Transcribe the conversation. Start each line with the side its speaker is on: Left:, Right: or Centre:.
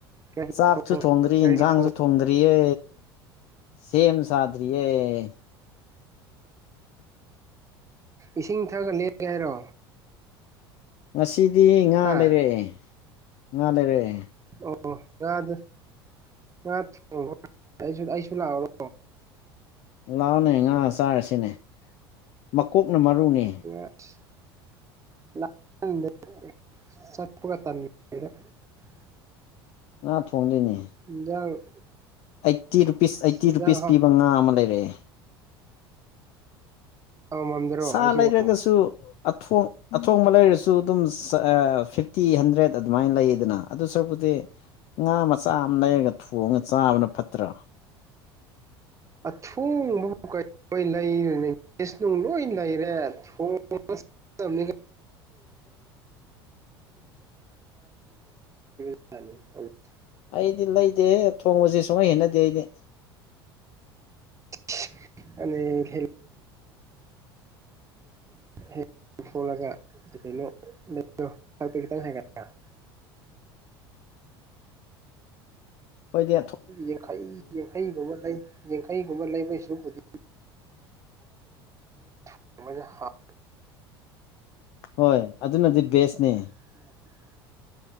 Right: ꯀꯔꯤ
Left: ꯆꯥꯛꯁꯨ
Right: ꯊꯣꯡ
Left: ꯊꯣꯡꯗ꯭ꯔꯤ
Right: ꯀꯔꯤ
Left: ꯏꯟꯁꯥꯡꯖꯨ
Right: ꯊꯣꯡ
Left: ꯊꯣꯡꯗ꯭ꯔꯤꯌꯦ ꯁꯦꯝ ꯁꯥꯗꯔꯤꯌꯦ
Right: ꯏꯁꯤꯡ ꯊꯛꯒ ꯂꯦꯒꯦ ꯍꯥꯏꯔꯣ
Left: ꯉꯁꯤꯗꯤ ꯉꯥ
Right: ꯍꯥ
Left: ꯂꯩꯔꯛꯑꯦ ꯉꯥ ꯂꯩꯔꯛꯑꯦ
Right: ꯑꯣ ꯉꯥꯗ ꯉꯥ ꯊꯣꯡꯉꯣ ꯑꯩ ꯑꯩꯖꯨ ꯂꯥꯛꯑꯣꯔꯣ
Left: ꯂꯥꯛꯑꯣꯅꯦ ꯉꯥ ꯆꯥꯔꯁꯤꯅꯦ ꯃꯀꯣꯛꯅ ꯃꯔꯨꯅꯤ
Right: <unintelligible> <unintelligible>
Left: ꯉꯥ ꯊꯣꯡꯗꯣꯏꯅꯦ
Right: ꯏꯟꯖꯥꯡ
Left: ꯑꯩꯠꯇꯤ ꯔꯨꯄꯤꯁ ꯑꯩꯠꯇꯤ
Right: ꯏꯟꯖꯥꯡ
Left: ꯔꯨꯄꯤꯁ
Right: ꯍꯥ
Left: ꯄꯤꯕ ꯉꯥ ꯑꯃ ꯂꯩꯔꯛꯑꯦ
Right: ꯍꯥꯎꯃꯝꯗ꯭ꯔꯣ
Left: ꯁꯥ
Right: ꯍꯥꯏꯁꯤꯕꯨ
Left: ꯂꯩꯔꯒꯁꯨ ꯑꯊꯣꯡ ꯑꯊꯣꯡꯕ ꯂꯩꯔꯁꯨ ꯑꯗꯨꯝ ꯐꯤꯐꯇꯤ ꯍꯟꯗ꯭ꯔꯦꯠ ꯑꯗꯨꯃꯥꯏꯅ ꯂꯩꯌꯦꯗꯅ ꯑꯗꯨ ꯁꯔꯨꯛꯄꯨꯗꯤ ꯉꯥ ꯃꯆꯥ ꯑꯃ ꯂꯩꯔꯒ ꯊꯣꯡꯉ ꯆꯥꯕꯅ ꯐꯠꯇ꯭ꯔꯣ
Right: ꯑꯊꯣꯡꯕꯕꯨ ꯀꯩ ꯂꯣꯏ ꯂꯩꯔꯅꯤ ꯀꯦꯁ ꯅꯨꯡ ꯂꯣꯏ ꯂꯩꯔꯦ ꯊꯣꯡꯉ <unintelligible> <unintelligible>
Left: ꯑꯩꯗꯤ ꯂꯩꯗꯦꯍꯦ ꯊꯣꯡꯕꯁꯦ ꯁꯨꯡꯍꯩ ꯍꯩꯅꯗꯦ ꯑꯩꯗꯤ <inaudible>
Right: <unintelligible> ꯑꯩꯒꯤ ꯍꯦꯛ ꯊꯣꯛꯂꯒ ꯀꯩꯅꯣ ꯂꯩꯌꯣ ꯁꯛꯇꯤ ꯈꯤꯇꯪ ꯍꯥꯏꯒꯠꯂꯒ
Left: ꯈꯣꯏꯗꯤ
Right: ꯌꯥꯡꯈꯩ ꯌꯥꯡꯈꯩꯒꯨꯝꯕ ꯂꯩ ꯌꯦꯡꯈꯩꯒꯨꯝꯕ ꯂꯩꯕꯩꯁꯨꯗꯤ <unintelligible>
Left: ꯍꯣꯏ ꯑꯗꯨꯅꯗꯤ ꯕꯦꯁꯅꯦ
Right: ꯎꯝ